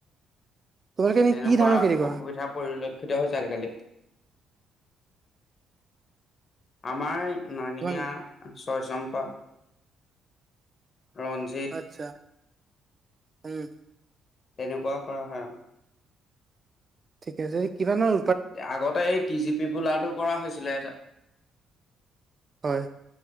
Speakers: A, on the right; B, on the left.
A: তোমালোকে এনে
B: তেনেকুৱা
A: কি ধানৰ খেতি কৰা
B: অসুবিধা পৰিলক্ষ। খতিজিকালি। আমাৰ নানিয়া
A: তোমাৰ
B: চয়চম্পা। ৰঞ্জিত।
A: আচছা উম।
B: তেনেকুৱা কৰা হয় আৰু।
A: ঠিক আছে কিমানৰ?
B: আগতে এই টি জি পি বোলাটো কৰা হৈছিলে এটা।
A: হয়।